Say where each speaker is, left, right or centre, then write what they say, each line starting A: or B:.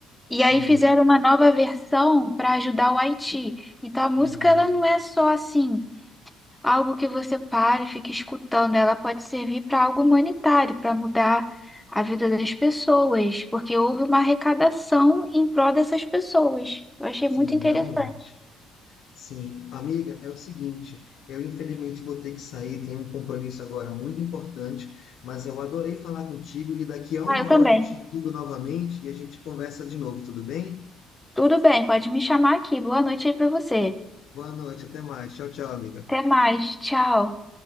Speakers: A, in the centre; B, on the left.
A: E
B: Sim,
A: aí fizeram uma nova versão para ajudar o Haiti. Então a música
B: uhum,
A: ela não é só assim. Algo que você pare e fique escutando, ela pode servir para algo humanitário, para mudar a vida das pessoas, porque houve uma arrecadação em prol dessas pessoas. Eu achei
B: sim,
A: muito interessante.
B: realmente. Sim, amiga, é o seguinte, eu infelizmente vou ter que sair, tenho um compromisso agora muito importante, mas eu adorei falar contigo e daqui a uma
A: Ah, eu também.
B: hora eu te ligo novamente e a gente conversa de novo, tudo bem?
A: Tudo bem, pode me chamar aqui. Boa noite aí para você.
B: Boa noite, até mais. Tchau, tchau, amiga.
A: Até mais. Tchau.